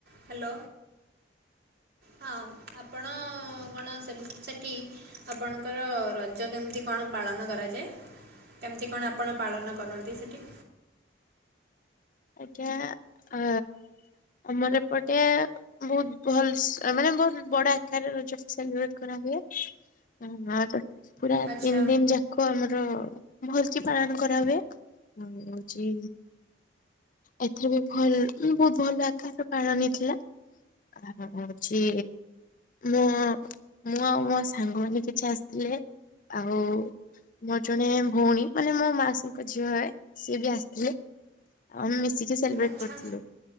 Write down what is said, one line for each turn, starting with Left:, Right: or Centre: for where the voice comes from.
Right: Hello ହଁ ଆପଣ କଣ ସେମ୍ତି ସେଠି ଆପଣଙ୍କର ରଜ କେମିତି କଣ ପାଳନ କରାଯାଏ? କେମିତି କଣ ଆପଣ ପାଳନ କରନ୍ତି ସେଠି?
Left: ଆଜ୍ଞା ଆ ଆମର ଏପଟେ ବୋହୁତ୍ ଭଲସେ ମାନେ ବୋହୁତ୍ ବଡ଼ ଆକାର ରଜ ସେଲିବ୍ରେଟ୍ କରା ହୁଏ। ହ ହାପା ପୁରା
Right: ଆଚ୍ଛା
Left: ତିନି ଦିନ୍ ଯା କୁ ଆମର ଭଲ କି ପାଳନ କରା ହୁଏ ଆଉ ହଉଛି ଏଥିରେ ବି ଭଲ ବହୁତ ଭଲ ଆକାରରେ ପାଳନ ହେଇଥିଲା। ଆ ହୋଉଚି ମୁଁ ମୁଁ ଆଉ ମୋ ସାଙ୍ଗମାନେ କିଛି ଆସିଥିଲେ। ଆଉ ମୋର ଜଣେ ଭଉଣୀ ମାନେ ମୋ ମାସିଙ୍କ ଝିଅ ହେ ସିଏ ବି ଆସିଥିଲେ। ଆମ୍ ମିଶିକି ସେଲିବ୍ରେଟ୍
Right: ଆଚ୍ଛା
Left: କରିଥିଲୁ